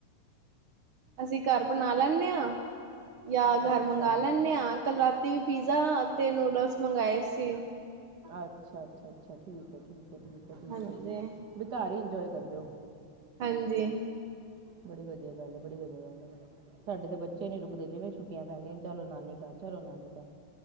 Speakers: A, on the right; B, on the right.
A: ਅਸੀਂ ਘਰ ਬਣਾ ਲੈਂਨੇ ਹਾਂ, ਜਾਂ ਘਰ
B: ਅੱਛਾ
A: ਮੰਗਵਾ ਲੈਂਨੇ ਹਾਂ। ਕੱਲ ਰਾਤੀ ਵੀ ਪੀਜ਼ਾ, ਅਤੇ ਨੂਡਲਸ ਮੰਗਵਾਏ ਸੀ।
B: ਅੱਛਾ -ਅੱਛਾ -ਅੱਛਾ। ਠੀਕ -ਠੀਕ- ਠੀਕ- ਠੀਕ ਬੲਈ
A: ਹਾਂਜੀ
B: ਘਰ ਹੀ ਇੰਜੋਏ ਕਰਦੇ ਹੋ।
A: ਹਾਂਜੀ।
B: ਬੜੀ ਵਧੀਆ ਗੱਲ ਏ, ਬੜੀ ਵਧੀਆ ਗੱਲ ਏ। ਸਾਡੇ ਤਾਂ ਬੱਚੇ ਨੀ ਰੁਕਦੇ, ਜਿਵੇਂ ਛੁੱਟੀਆਂ ਪੈਂਦੀਆਂ ਚਲੋ ਨਾਨੀ ਘਰ, ਚਲੋ ਨਾਨੀ ਘਰ।